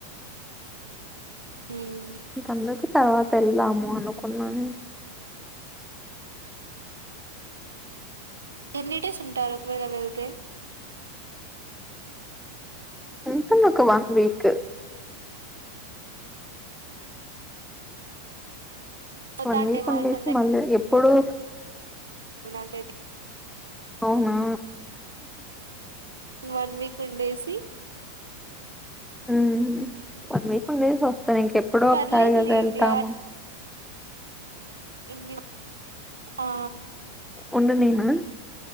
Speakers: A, on the right; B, in the centre.
A: మ్మ్
B: ఇంక అందరకు తర్వాత వెళ్దాము అనుకున్నాను
A: ఎన్ని డేస్ ఉంటారు ఒకవేళ వెళ్తే
B: ఇంక మాకు వన్ వీక్
A: పోతాండే
B: వన్ వీక్
A: వాయిస్
B: ఉండేసి మళ్ళీ ఎప్పుడు
A: వి నాకయితే
B: అవునా
A: వన్ వీక్ ఉండేసి
B: ఉహు వన్ వీక్ ఉండేసి వస్త్ అ ఇంకెప్పుడో
A: పర్లేదులేండి
B: ఒకసారి కదా వెళ్తాము
A: ఇ ఆ
B: ఉండనిన